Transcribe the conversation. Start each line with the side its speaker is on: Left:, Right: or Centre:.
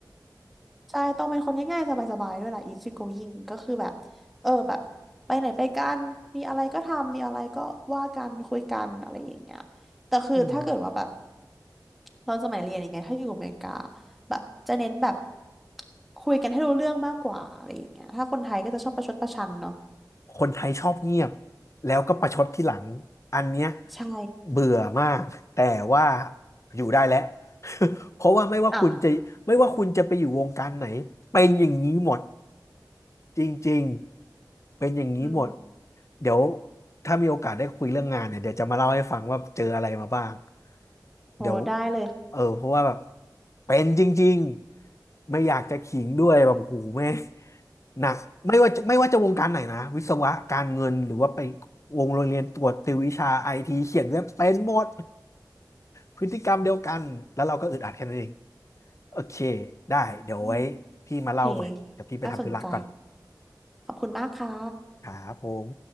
Centre: ใช่ต้องเป็นคนง่ายๆสบายๆด้วยแหละ easy going ก็คือแบบ เออแบบไปไหนไปกัน มีอะไรก็ทำ มีอะไรก็ว่ากันคุยกันอะไรอย่างเงี้ยแต่คือถ้าเกิดว่าแบบ
Left: อืม
Centre: เราสมัยเรียนอย่างเงี้ยถ้าอยู่อเมริกาแบบจะเน้นแบบคุยกันให้รู้เรื่องมากกว่าอะไรอย่างเงี้ยถ้าคนไทยก็จะชอบประชดประชันเนาะ
Left: คนไทยชอบเงียบแล้วก็ประชดที่หลังอันเนี้ย
Centre: ใช่
Left: เบื่อมากแต่ว่าอยู่ได้แล้ว <laughs> เพราะว่าไม่ว่าคุณจะไม่ว่าคุณจะไปอยู่วงการไหนเป็นอย่างนี้หมด
Centre: อ้าว
Left: จริงๆเป็นอย่างนี้หมด
Centre: อืม
Left: เดี๋ยวถ้ามีโอกาสได้คุยเรื่องงานเนี่ยเดี๋ยวจะมาเล่าให้ฟังว่าเจออะไรมาบ้าง
Centre: โอ้ได้เลยค่ะ
Left: เดี๋ยวเออเพราะว่าแบบเป็นจริงๆไม่อยากจะขิงด้วยแบบโอ้โหูแม่งหนักไม่ว่าจะไม่ว่าจะวงการไหนนะวิศวะการเงินหรือว่าไปวงโรงเรียนตรวจติววิชาไอทีเขียนเว็บเป็นหมดพฤติกรรมเดียวกันแล้วเราก็อึดอัดแค่นั้นเองโอเคได้เดี๋ยวไว้พี่มาเล่าใหม่เดี๋ยวพี่ไปทำธุระก่อน
Centre: <laughs> อืมโอเคน่าสนใจขอบคุณมากค่ะ
Left: ครับผม